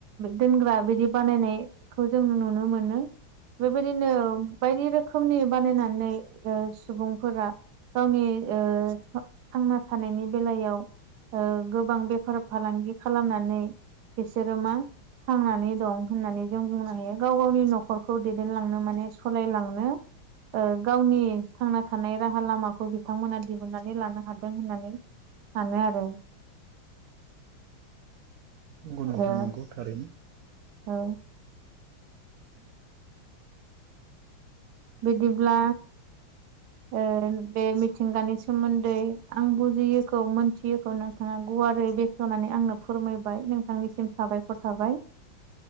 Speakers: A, on the right (about 65°); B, on the right (about 80°).
A: दोनग्रा बिदि बानायनायखौ जों नुनो मोनो। बेबायदिनो बायदि रोखोमनि बानायनानै सुबुंफोरा गावनि ओ थांना थानायनि बेलायाव ओ गोबां बेफार फालांगि खालामनानै बिसोरो मा? थांनानै दं होननानै जों बुंनो हायो गाव गावनि न'खरखौ दैदेनलांनो माने सलायलांनो ओ गावनि थांना थानाय राहा लामाखौ बिथांमोना दिहुननानै लानो हाद दों होननानै सानो आरो
B: नंगौ नोंथां
A: ओ
B: नंगौ थारैनो।
A: औ बिदिब्ला ओ बे मिथिंगानि सोमोन्दै आं बुजियैखौ मोनथियैखौ नोंथाङा गुवारै बेख होनानै आंनो फोरमायबाय नोंथांनिसिम साबायखर थाबाय।